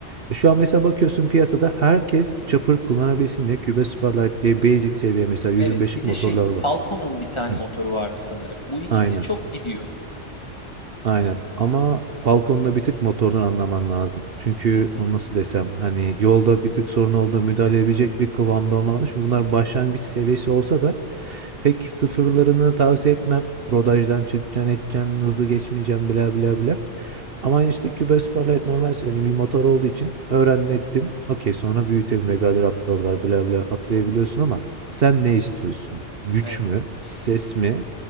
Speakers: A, on the right; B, on the left.
A: E şu an mesela bakıyorsun piyasada herkes çapır kullanabilsin diye Cube Superlight diye basic seviye mesela 125'lik
B: Evet, bir de
A: motorlar
B: şey,
A: var.
B: Falcon'un bir tane
A: Hı,
B: motoru vardı sanırım. Bu ikisi
A: aynen.
B: çok gidiyor.
A: Aynen ama Falcon'da bir tık motordan anlaman lazım. Çünkü
B: Hı hı,
A: onu nasıl desem hani yolda bir tık sorun olduğunda müdahale edebilecek bir kıvamda olman lazım. Çünkü
B: hı hı,
A: bunlar başlangıç seviyesi olsa da pek sıfırlarını tavsiye etmem. Rodajdan çıkacaksın edeceksin hızı geçmeyeceksin
B: hı.
A: bla bla bla. Ama hani, işte Cuba Superlight normal yani bir motor olduğu için öğrendin ettin. Okey sonra büyütelim Regal Raptor'lar bla bla atlayabiliyorsun ama sen ne istiyorsun? Güç
B: Evet.
A: mü? Ses mi?